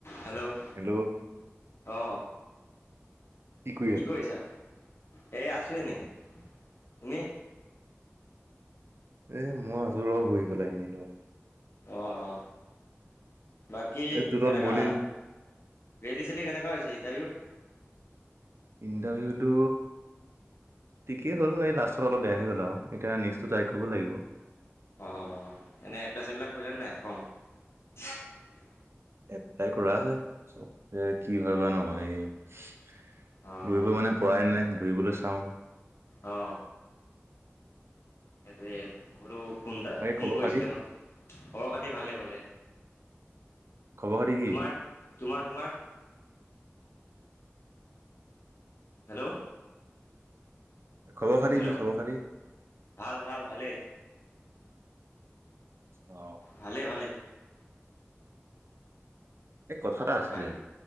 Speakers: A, on the left; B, on the right.
A: Hello
B: hello
A: অ।
B: কৰি
A: কি
B: আছ
A: কৰিছা? এই আছোঁ এনে। তুমি?
B: এ মই সিহঁতৰ লগত বহি পেলাই আহিলো।
A: অ, অ। বাকী
B: এ তোৰত
A: কেনেকা?
B: বনিল
A: ৰেলি-চেলি কেনেকা হৈছে ইণ্টাৰভিউ?
B: ইণ্টাৰভিউতো ঠিকেই হ'ল নে? লাষ্টত অলপ বেয়া হৈ গ'ল আও, এতিয়া নেক্সট টো ট্ৰাই কৰিব লাগিব।
A: অ, এনেই এপ্লাই-চেপ্লাই কৰিলাই নাই? ফ্ৰম
B: এ এপ্লাই কৰা আছে, এই কি হয় বা নহয়ে দৌৰিব
A: অঁ
B: মানে পৰাই নাই, দৌৰিবলৈ চাওঁ।
A: অ সেইটোৱে বোলো ফোন টা
B: বাকী
A: ফোন
B: খবৰ
A: কৰিছিলে
B: খাতি
A: ন? খবৰ-খাতি ভালে, ভালে।
B: খবৰ খাতি কি
A: তোমাৰ-তোমাৰ-তোমাৰ? হেল্ল'
B: খবৰ খাটি
A: হেল্ল'
B: কি, খবৰ খাটি?
A: ভাল ভাল ভালেই
B: অ
A: ভালেই ভালে।
B: এই কথা এটা আছিলে
A: বাকী